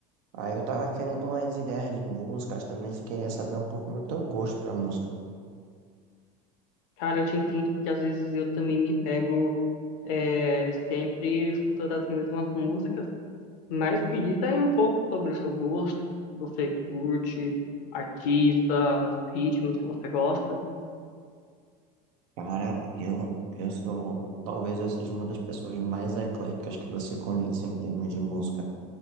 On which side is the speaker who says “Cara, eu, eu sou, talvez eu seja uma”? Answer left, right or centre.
Right